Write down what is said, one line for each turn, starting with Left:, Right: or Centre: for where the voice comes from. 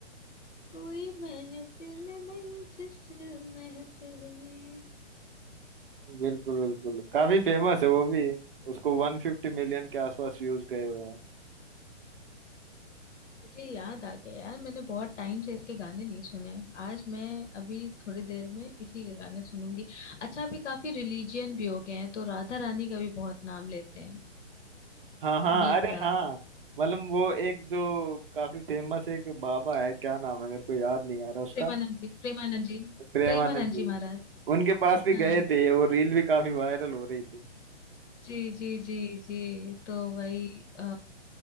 Left: कोई महफिल नहीं जिस महफिल में
Right: बिल्कुल बिल्कुल काफी फेमस है वो भी उसको वन फिफ्टी मिलियन के आसपास व्यूज गए हुए हैं
Left: मुझे याद आ गया यार मैंने बहुत टाइम से इसके गाने नहीं सुने हैं। आज मैं अभी थोड़ी देर में इसी के गाने सुनूंगी अच्छा अभी काफी रिलीजियन भी हो गए हैं तो राधा रानी का भी बहुत नाम लेते हैं
Right: हाँ हाँ
Left: बी
Right: अरे
Left: प्राक
Right: हाँ मतलब वो एक जो काफी फेमस एक बाबा है क्या नाम है मेरे को याद नहीं आ रहा उसका
Left: प्रेमानंद जी प्रेमानंद जी
Right: प्रेमानंद
Left: प्रेमानंद
Right: जी
Left: जी महाराज
Right: उनके पास भी
Left: हाँ
Right: गए थे ये, वो रील भी काफी वायरल हो रही थी
Left: जी जी जी जी तो वही आ,